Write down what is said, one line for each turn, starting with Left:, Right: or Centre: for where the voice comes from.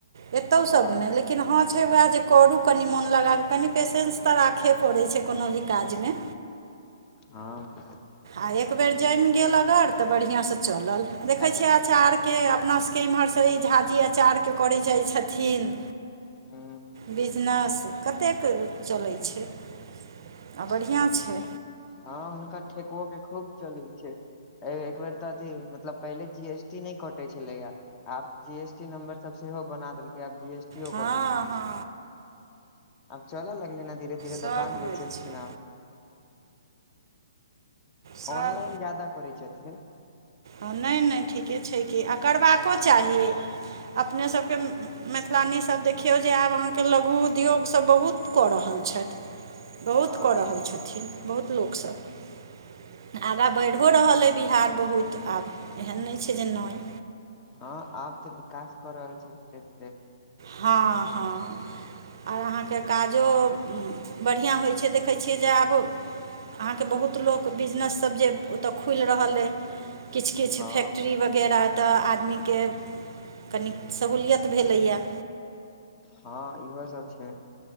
Right: एतौ
Left: हँ
Right: सब नहि लेकिन हँ छै वएह जे करू कनि मोन लगाक कनि पेशेन्स तऽ राखे पड़ैत छै कोनो भी काजमे
Left: हँ
Right: आ एक बेेर जैम गेल अगर तऽ बढ़िआँसँ चलल देखै
Left: एखन
Right: छियै आचार के अपना सबके इम्हरसँ ई झाझी अचारके करै जाइ छथिन्ह
Left: हूँ
Right: बिजनेस कतेक चलै छै आ बढ़िआॅछै
Left: खूब हँ हुनका ठेकओ के खूब चलैत छै एक बेर तऽ अथी मतलब पहिले जी एस टी नहि कटे छलैया आब जी एस टी नम्बर स सेहो बना देलकै आब जी एस कटै
Right: हँ
Left: छै
Right: हँ
Left: आब चलऽ लगलै ने धीरे धीरे
Right: सभ
Left: दोकान
Right: होइ
Left: बेचेलखिनहे
Right: छै सभ
Left: ऑनलाइन ज्यादा करै छथिन
Right: आ नहि नहि ठीके छै कि आ करबाको चाही अपने सभके मैथिलानीसभ देखियौ जे आब अहाँके लघु उद्योग सभ बहुत कऽ रहल छथि बहुत
Left: हँ
Right: कऽ रहल छथिन बहुत लोकसभ
Left: ह
Right: आगाँ बढ़ि हो रहल अइ बिहार बहुत आब एहन नहि छै जे नहि
Left: हँ आब तऽ विकास कऽ रहल छै धीरे धीरे
Right: हँ हँ आर अहाँके काजो बढ़िआँ होइ छै देखै छियै जे आब अहाँके बहुत लोक बिजनसभ जे ओतय खुल रहल अइ किछ किछ
Left: हँ
Right: फैक्ट्री वगैरह तऽ आदमी के कनीक सहूलियत भेलैय
Left: हँ इहो सब छै